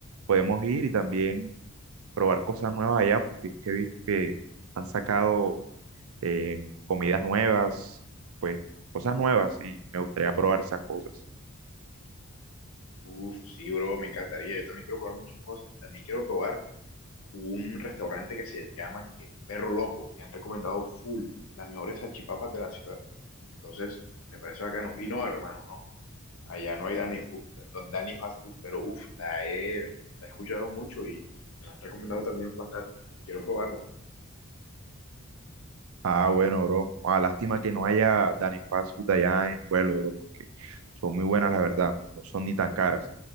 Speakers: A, on the right; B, on the left.
A: Podemos ir y también probar cosas nuevas allá, porque es que he visto que han sacado eh, comidas nuevas, pues cosas nuevas y me gustaría probar esas cosas.
B: Uf, sí, bro, me encantaría. Yo también quiero probar muchas cosas. También quiero probar un restaurante que se llama que, Perro Loco. Me han recomendado full las mejores salchipapas de la ciudad. Entonces, me parece bacano. Y no, hermano, no. Allá no hay Dani food no- Danny Fast Food, pero uff, la he, la he escuchado mucho y me la han recomendado también bastante. Quiero probarla.
A: Ah, bueno, bro. Ah, lástima que no haya Dani Fast Food allá en el pueblo, bro, porque son muy buenas, la verdad. No son ni tan caras.